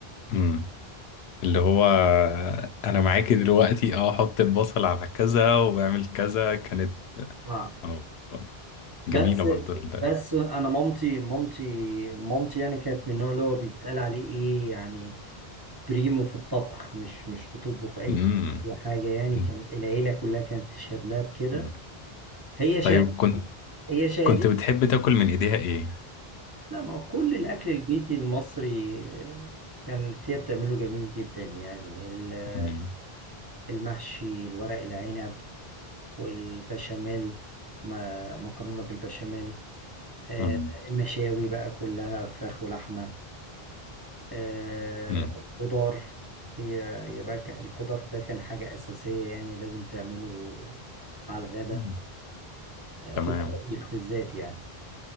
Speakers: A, on the left (about 85°); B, on the right (about 30°).
A: مم. اللي هو انا معاكي دلوقتي اه حط البصل على كذا واعمل كذا كانت
B: اه
A: آه، جميلة
B: بس
A: برضو ال...
B: بس انا مامتي مامتي مامتي يعني كانت من النوع اللي هو بيتقال عليه ايه يعني بريمو في الطبخ مش مش بتطبخ اي
A: مم.
B: حاجه يعني
A: مم.
B: كان العيله كلها كانت تشهد لها بكده
A: مم.
B: هي شهد
A: طيب كنت
B: هي شهدت
A: كنت بتحب تاكل من ايديها ايه
B: لا ما هو كل الاكل البيتي المصري آه، كانت هي بتعمله جميل جدا يعني ال-
A: مم.
B: المحشي الورق العنب والبشاميل ما- مكرونه بالبشاميل آه،
A: مم.
B: المشاوي بقى كلها فراخ ولحمه آه،
A: مم.
B: خضار هي هي بقى ك- الخضار ده كان حاجة أساسية يعني لازم تعمله على الغدا
A: مم.
B: آه،
A: تمام
B: خضار طبيخ بالذات يعني